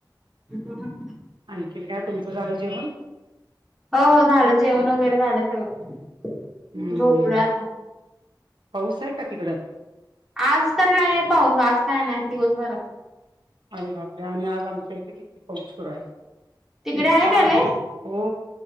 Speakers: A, in the centre; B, on the right (about 80°).
A: तस <inaudible>
B: आणखीन काय तुमचं झालं जेवण?
A: हो हो झालं जेवण वगैरे झालं सगळं
B: हम्म
A: झोपतोय आता.
B: पाऊस आहे का तिकडं?
A: आज तर नाहीये पाऊस, आज काय नाही दिवसभरात.
B: आणि बापरे आणि आज आमच्या इथे किती पाऊच सुरू आहे
A: तिकडे
B: एक
A: आहे
B: तास
A: काय लय?
B: हो